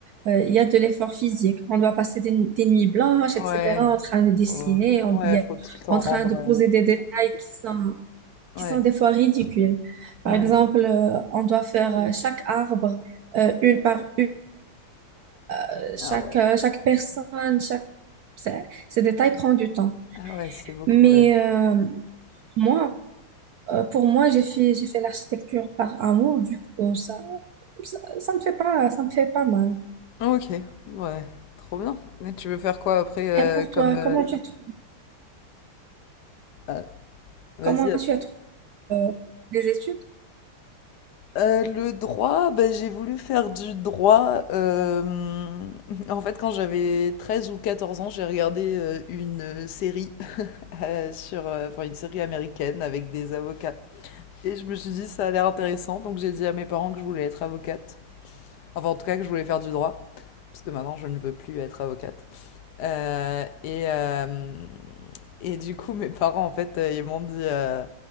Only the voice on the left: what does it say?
Ouais,
faut
ouais,
faut tout le temps
rendre,
heu
Ouais.
Mmh.
Ah ouais.
Ah ouais, c'est beaucoup,
ouais.
OK, ouais, trop bien. Mais tu veux faire quoi après,
heu,
comme, heu,
heu,
vas-y,
heu,
heu, le droit, bah, j'ai voulu faire du droit, hem, <laughs> en fait, quand j'avais 13 ou 14 ans, j'ai regardé, heu, une, heu, série, <laughs> heu, sur, heu, enfin, une série américaine avec des avocats et je me suis dit: «Ça a l'air intéressant», donc j'ai dit à mes parents que je voulais être avocate Enfin, en tout cas, que je voulais faire du droit, puisque maintenant je ne veux plus être avocate. Euh, et, euh, et du coup, mes parents, en fait, euh, ils m'ont dit euh,